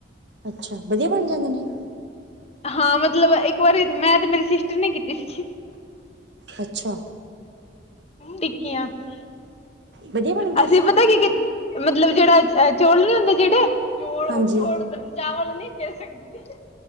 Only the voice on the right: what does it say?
ਅੱਛਾ। ਵਧੀਆ ਬਣ ਜਾਂਦੇ ਨੇ‌।
ਅੱਛਾ।
ਵਧੀਆ ਬਣ ਗਿਆ
ਸੀ
ਹਾਂਜੀ